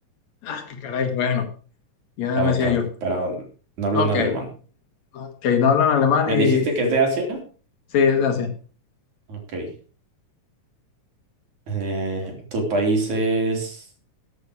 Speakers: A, on the left (about 60°); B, on the right (about 65°).
A: Ah, qué caray, bueno, ya
B: Perdón,
A: me decía
B: perdón,
A: yo.
B: pero no hablan
A: Ok,
B: alemán.
A: ok, no hablan alemán
B: ¿Me
A: y... y-
B: dijiste que es de Asia?
A: Sí, es de Asia.
B: Ok. Eh, ¿tu país es